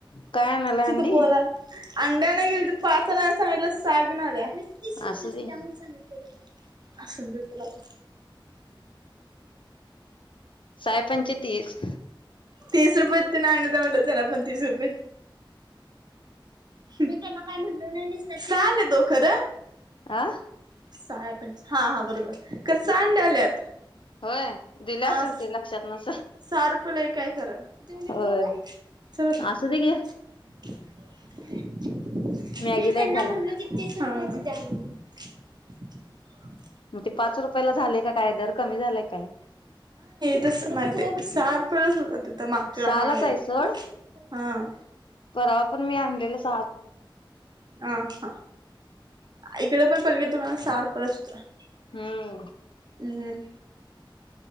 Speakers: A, on the left; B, on the right.
A: काय आणायला
B: त
A: अंडी
B: त बोला आंडी आनाय गेलती पाच आनाय सांगितलं सहा गेऊन आल्या. मी तीस
A: असू
B: रुपयचं
A: दे
B: द्या म्हणून सांगितल्यालो. आसूंदे चल आता.
A: साय पंचे तीस.
B: तीस रुपय ते ना आण म्हटत त्याला पण तीस रुपये. मी त्यांना काय म्हण सा आलीतो खरं.
A: आह
B: साह्या पंच हां-हां बरोबर, खर सा अंडी आल्यात.
A: होय दिले
B: हां,
A: असेल ते लक्षात नसेल
B: सार पले काय खरं. <unintelligible>
A: होय असू दे घे
B: <inaudible>
A: मॅगीला
B: मी त्यांना
A: एक घाला
B: म्हटलं कि तीस रुपयचं द्या म्हणून. <inaudible>
A: म ते पाच रुपयला झालय क काय दर कमी झालाय काय?
B: तसं माहिती सार <unintelligible> ते मागच्या टायमाला
A: सहालाच
B: गेल,
A: आहे सोड
B: हां.
A: परवा पण मी आणलेलंस्
B: आं हां इकडं पण पलगे तुम्हाला सहा रुप <unintelligible>
A: हुं.
B: हम्